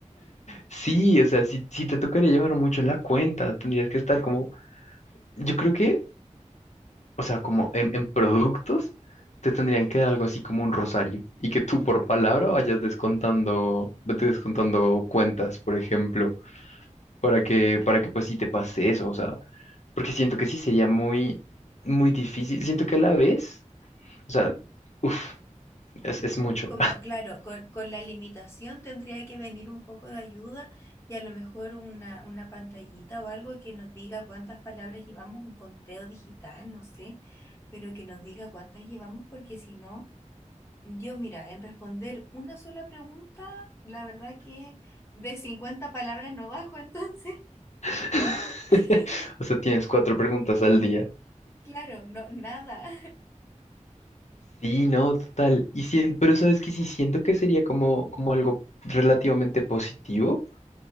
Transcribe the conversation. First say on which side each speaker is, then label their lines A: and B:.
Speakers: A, on the left; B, on the left.
A: Sí, o sea, sí, sí te tocaría llevar mucho la cuenta, tendrías que estar como, yo creo que, o sea, como en, en productos, te tendrían que dar algo así como un rosario y que tú por palabra vayas descontando, vete descontando cuentas, por ejemplo para que, para que pues sí te pase eso, o sea, Porque siento que sí sería muy, muy difícil. Siento que a la vez, o sea, uff, es, es mucho.
B: Como, claro, con, con la limitación tendría que venir un poco de ayuda y a lo mejor una, una pantallita o algo que nos diga cuántas palabras llevamos, un conteo digital, no sé, pero que nos diga cuántas llevamos, porque si no, yo mira, en responder una sola pregunta, la verdad que de cincuenta palabras no bajo, entonces,
A: <laughs>
B: <laughs>
A: O sea, tienes cuatro preguntas al día.
B: claro, no, nada.
A: Sí, no, total. Y sien- pero sabes que sí siento que sería como, como algo relativamente positivo,